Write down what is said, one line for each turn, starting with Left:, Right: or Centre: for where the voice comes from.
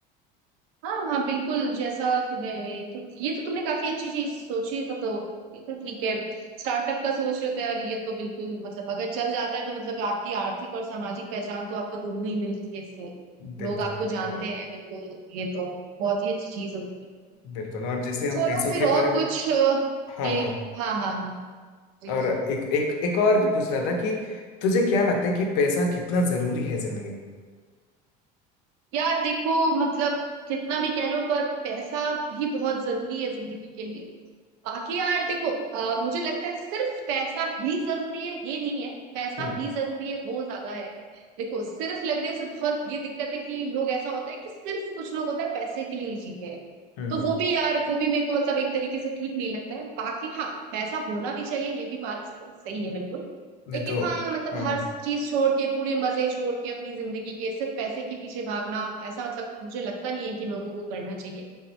Right: हाँ हाँ बिल्कुल जैसा तुम्हें ये तो ये तो तुमने काफी अच्छी चीज सोची है, तो तो ये तो ठीक है स्टार्टअप का सोच रहे हो तो यार ये तो बिल्कुल मतलब अगर चल जाता है तो मतलब आपकी आर्थिक और सामाजिक पहचान तो आपको दोनों ही मिलती है इससे
Left: बिल्कुल
Right: लोग आपको
Left: बिल्कुल
Right: जानते
Left: यार
Right: हैं बिल्कुल ये तो बहुत ही अच्छी चीज होती है
Left: बिल्कुल और जैसे हम
Right: चलो
Left: पैसों
Right: फिर
Left: के
Right: और
Left: बारे में
Right: कुछ अ,
Left: हाँ
Right: ये
Left: हाँ
Right: हाँ हाँ हाँ जी
Left: और
Right: जी
Left: एक एक एक और
Right: ठीक
Left: पूछना था कि तुझे क्या लगता है कि पैसा कितना जरूरी है जिंदगी में
Right: है। यार देखो मतलब कितना भी कह लो पर पैसा भी बहुत जरूरी है जिंदगी के लिए बाकी यार देखो अ, मुझे लगता है सिर्फ पैसा ही जरूरी है ये नहीं है पैसा
Left: हम्म
Right: ही जरूरी है वो ज्यादा है देखो सिर्फ लगने से बहुत ये दिक्कत है कि लोग ऐसा होता है कि सिर्फ कुछ लोग होता है पैसे के लिए ही जीते हैं
Left: हम्म
Right: तो
Left: हम्म
Right: वो भी यार वो भी मेरे को मतलब एक तरीके से ठीक नहीं लगता है बाकी हाँ पैसा होना भी चाहिए ये भी बात सही है बिल्कुल
Left: मैं
Right: लेकिन
Left: तो
Right: हाँ मतलब
Left: हाँ हाँ,
Right: हर चीज छोड़ के पूरे मजे छोड़ के अपनी जिंदगी के सिर्फ पैसे के पीछे भागना ऐसा मतलब मुझे लगता नहीं है कि लोगों को करना चाहिए